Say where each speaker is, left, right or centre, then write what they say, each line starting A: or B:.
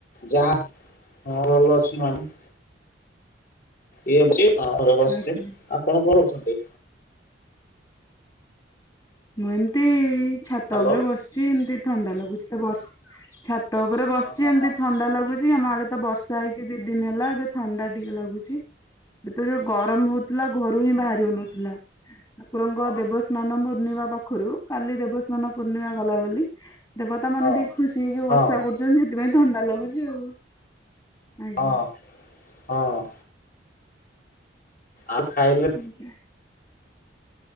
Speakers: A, on the left (about 50°); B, on the left (about 20°).
A: ଯାହା ହଁ ଭଲ ଅଛି ମାନେ ଇଏ <unintelligible> ସିଛି ଆପଣ
B: ଆଜ୍ଞା
A: କଣ କରୁଛନ୍ତି?
B: ମୁଁ ଏମତି ଛାତ
A: ହ୍ୟାଲୋ
B: ଓପରେ ବସିଛି। ଏମିତି ଥଣ୍ଡା ଲାଗୁଛି। ତ ବ ଛାତ ଉପରେ ବସିଛି
A: ହଁ ହଁ
B: ଏମିତି
A: ହଁ
B: ଥଣ୍ଡା ଲାଗୁଛି। ହଉଚି। ଆମ ଆଡେ଼ ତ ବର୍ଷା ହେଇଛି ଦି ଦିନ ହେଲା ଏବେ ଥଣ୍ଡା ଟିକେ ଲାଗୁଛି। ଏ ତ ଯୋଉ ଗରମ ହଉ ଥିଲା ଘରୁ ହିଁ ବାହାରି ହଉନଥିଲା। ଠାକୁରଙ୍କ
A: ହଁ ହଁ
B: ଦେବସ୍ନାନ ପୂର୍ଣ୍ଣିମା ପାଖରୁ କାଲି ଦେବସ୍ନାନ ପୂର୍ଣ୍ଣିମା ଗଲା ବୋଲି ଦେବତା ମାନେ
A: ହଁ
B: ଟିକେ ଖୁସି ହେଇକି
A: ହଁ
B: ବର୍ଷା କରୁଛନ୍ତି, ସେଥିପାଇଁ ଥଣ୍ଡା ଲାଗୁଛି ଆଉ। ଆଜ୍ଞା।
A: ହଁ, ହଁ। ଆଉ ଖାଇଲେଣି?
B: ଆଜା।